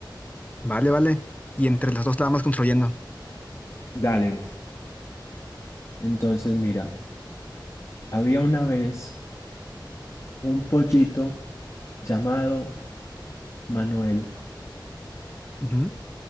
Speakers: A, on the left; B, on the left.
A: Vale, vale. Y entre los dos la vamos construyendo.
B: Dale. Entonces, mira, había una vez un pollito llamado Manuel.
A: Ujú,